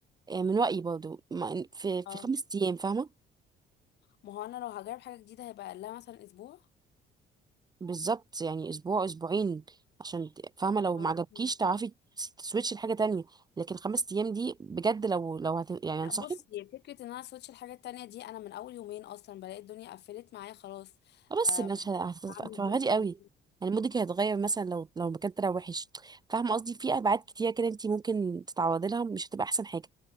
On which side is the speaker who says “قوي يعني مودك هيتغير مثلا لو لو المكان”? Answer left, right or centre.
Right